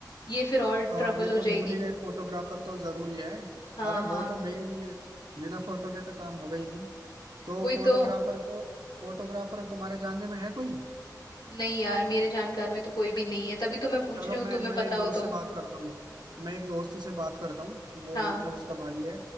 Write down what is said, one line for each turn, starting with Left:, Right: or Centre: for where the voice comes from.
Left: ये फिर और
Right: हाँ
Left: ट्रबल
Right: ये
Left: हो
Right: तो
Left: जाएगी
Right: हम भूल ही गए फोटोग्राफर तो जरूरी है
Left: हाँ
Right: अरे
Left: हाँ
Right: वो तो मेन ही है बिना फोटो के तो काम होगा ही नहीं तो
Left: वही
Right: फोटोग्राफर
Left: तो
Right: को फोटोग्राफर तुम्हारे जानने में है कोई
Left: नहीं यार मेरे जानकार में तो कोई भी नहीं है तभी तो मैं पूछ
Right: चलो
Left: रही हूँ
Right: मैं
Left: तुम्हें
Right: मैं
Left: पता
Right: एक
Left: हो
Right: दोस्त
Left: तो
Right: से बात करता हूँ मैं एक दोस्त से बात करता हूँ वो
Left: हाँ
Right: मतलब उसका भाई है